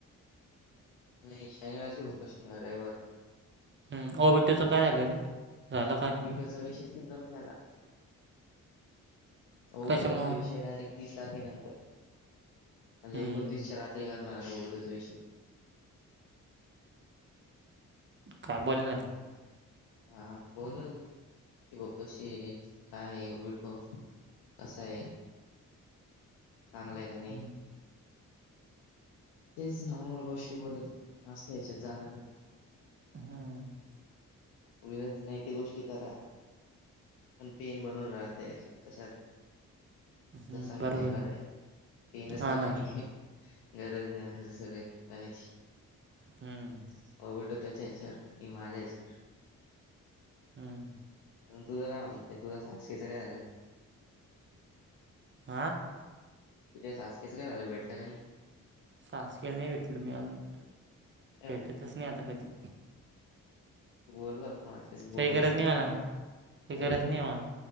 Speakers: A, on the left (about 85°); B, on the right (about 30°).
A: नाही शनिवार ब कर शनिार रविवार. <unintelligible>
B: हम्,, ओबीटीचं काय झालं रे? झालं का नाही?
A: ओबीटोचा
B: <unintelligible>
A: विषयच नाही करत मी आता,, विषय
B: कशामुळं?
A: डायरेक्टऽ <unintelligible> तीस तारखेनंतर,, म्हणजे
B: हं.
A: एकोणतीसच्या रात्री करणारता ओघटीचा विषय. <unintelligible>
B: काय बोल नार. <unintelligible>
A: हा, बोलन. <unintelligible> कि ब कशी आहे? काय आहे? विटल कसा आय? <unintelligible> चांगलंय का नाही?
B: हं.
A: <unintelligible> तेच नॉर्मल गोष्टी बोलच. <unintelligible> त याच्यात जाणार नाही,
B: हं,
A: उगच नाही ते गोष्टी. <unintelligible> करा, पण पेन बनून राहत कशा? <unintelligible>
B: हं.
A: जसा
B: बरोबर
A: मी आहेा
B: आहे.
A: बराय,, पिनच
B: हां
A: बरा
B: ना.
A: आहे मी. <unintelligible> गरज नाही आली सगळे्,, म्हनायची. <unintelligible>
B: हम्म, <unintelligible>
A: हो वटो त्याच्या आहे, सर की माझा आहेच? <unintelligible>
B: हम्म <unintelligible>
A: तुझं काय म्हणयंय तुझं साक्षीचा काय झालं <unintelligible>
B: हा.
A: तुझ्या सासखेचंय झालं भेटलं का नाही.
B: साासकेलं नाही भेटलो मी अजून
A: नाही
B: भेटतच
A: भेटलं.
B: नाही आता कधी.
A: तू बोलता माझेच बोलणार
B: काही गरज
A: तो
B: नाही मला.
A: गर
B: काही गरज
A: ना.
B: नाही मला.